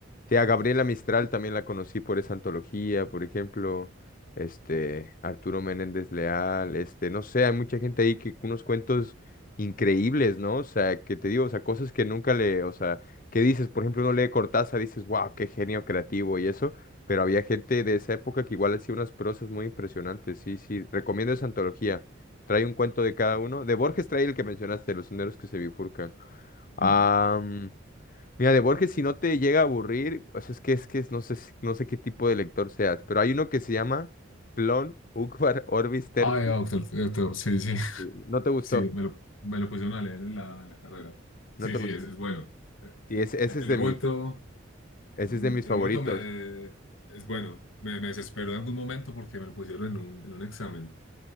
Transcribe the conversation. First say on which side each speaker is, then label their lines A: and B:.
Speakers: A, on the left; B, on the left.
A: Sí, a Gabriela Mistral también la conocí por esa antología, por ejemplo, este, Arturo Menéndez Leal, este, no sé, hay mucha gente ahí que unos cuentos increíbles, ¿no? O sea, que te digo, o sea, cosas que nunca le, o sea, que dices, por ejemplo, uno lee Cortázar, dices, wow, qué genio creativo y eso, pero había gente de esa época que igual hacía unas prosas muy impresionantes, sí, sí, recomiendo esa antología, trae un cuento de cada uno, de Borges trae el que mencionaste, Los senderos que se bifurcan. Ah...
B: Ah,
A: Mira, de Borges, si no te llega a aburrir, o sea, es que es que es- no sé, si- no sé qué tipo de lector seas, pero hay uno que se llama Clon Ukvar Orbis Tertia.
B: Ah, de Doctor, Doctor, sí, sí, <laughs>
A: Sí, No te gustó,
B: sí, me lo, me lo pusieron a leer en la, en la carrera.
A: no
B: Sí,
A: te
B: sí,
A: gustó.
B: es, es bueno. Eh,
A: Sí, ese, ese
B: En
A: es de
B: un momento,
A: mis, ese
B: mm,
A: es de mis
B: en
A: favoritos.
B: un momento me, es bueno, me, me desesperó en algún momento porque me lo pusieron en un, en un examen.